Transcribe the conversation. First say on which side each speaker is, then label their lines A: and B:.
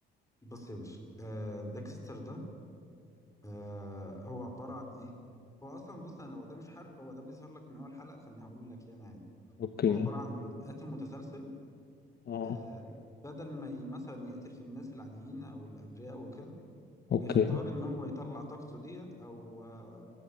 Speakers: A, on the left; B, on the left.
A: بص يا باشا آه، ديكستر ده آه، هو عباره عن ايه هو اصلا بص انا هو ده مش حرق هو ده بيظهر لك من اول حلقه فانا هقول لك يعني عادي
B: اوكي
A: هو عباره عن قاتل متسلسل
B: اه
A: آه، بدل ما ي- مثلا يقتل في الناس العاديين او الابرياء وكده
B: اوكي
A: بيختار ان هو يطلع طاقته ديت او آه،